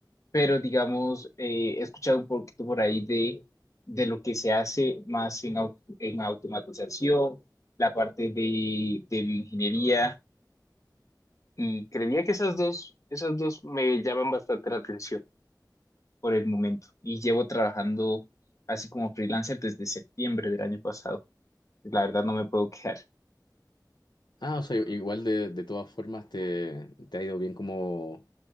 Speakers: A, on the left; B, on the left.
A: pero digamos, eh, he escuchado un poquito por ahí de, de lo que se hace más en, au- en automatización, la parte de, de bioingeniería, y creería que esas dos, esas dos me llaman bastante la atención por el momento y llevo trabajando así como freelancer desde septiembre del año pasado. La verdad no me puedo quejar.
B: Ah, o sea, igual de, de todas formas te, te ha ido bien como,